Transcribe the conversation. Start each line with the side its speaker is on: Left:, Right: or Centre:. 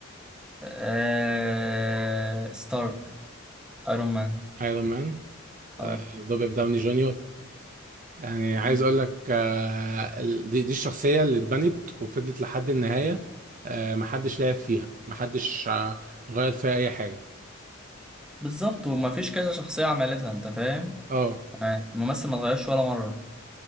Centre: آه، ستار ايرون مان
Right: ايرون مان
Centre: اه
Right: آه، روبرت داوني جونيور يعني عايز
Centre: م.
Right: اقول لك آه، ال- دي دي الشخصيه اللي اتبنت وفضلت لحد النهايه آه، محدش لعب فيها محدش آه، غير فيها اي حاجه
Centre: بالظبط وما فيش كذا شخصية عملتها انت فاهم
Right: اه
Centre: تمام الممثل ما اتغيرش ولا مرة